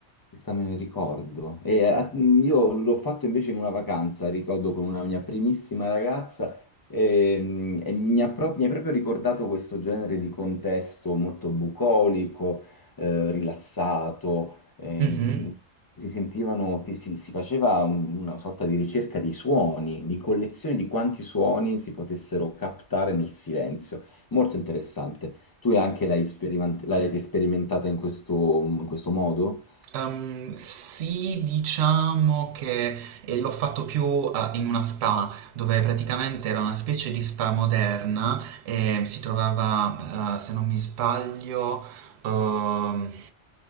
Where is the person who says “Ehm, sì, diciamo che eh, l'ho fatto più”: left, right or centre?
Right